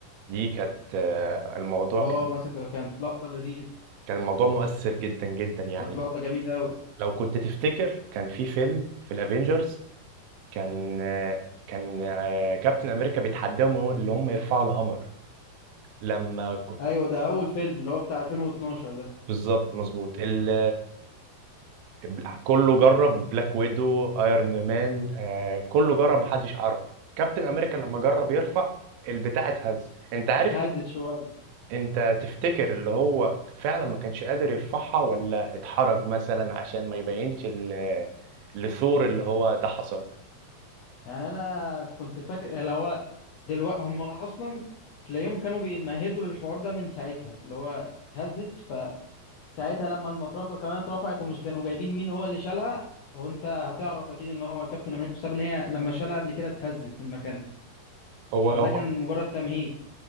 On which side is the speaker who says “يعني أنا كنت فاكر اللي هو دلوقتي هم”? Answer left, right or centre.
Left